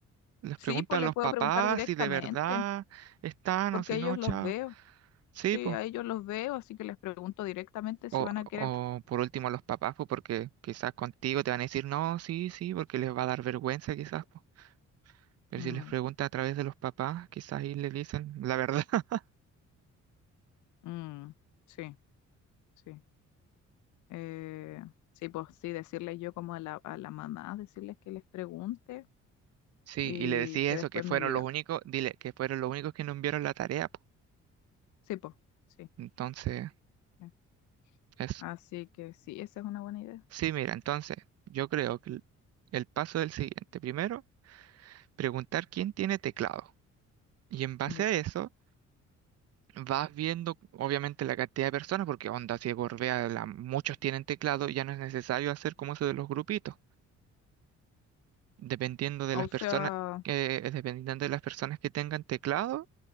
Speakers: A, on the right; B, on the left.
A: les
B: sí,
A: preguntas
B: pues
A: a
B: le
A: los
B: puedo
A: papás
B: preguntar directamente,
A: si de verdad están
B: porque
A: o si
B: a ellos
A: no, chao.
B: los veo,
A: Sí,
B: sí,
A: pues.
B: a ellos los veo, así que les pregunto directamente
A: O,
B: si van a querer.
A: o por último a los papás, pues porque quizás contigo te van a decir no, sí, sí, porque les va a dar vergüenza quizás. pues. Pero
B: Mm,
A: si les pregunta a través de los papás, quizás ahí le dicen la verdad. <laughs>
B: mm, sí, sí. Eh, sí, pues sí, decirles yo como a la, a la mamá, decirles que les pregunte
A: Sí,
B: y
A: y le decís
B: que
A: eso,
B: después
A: que fueron
B: me diga.
A: los únicos, dile, que fueron los únicos que no enviaron la tarea, po.
B: Sí, pues, sí.
A: Entonces,
B: eh.
A: eso.
B: Así que sí, esa es una buena idea.
A: Sí, mira, entonces, yo creo que el el paso del siguiente. Primero, preguntar quién tiene teclado. Y en base
B: Ya.
A: a eso, vas viendo, obviamente, la cantidad de personas, porque onda, si Gorbea, la- muchos tienen teclado, ya no es necesario hacer como eso de los grupitos. Dependiendo de
B: O
A: las personas,
B: sea,
A: que dependiendo de las personas que tengan teclado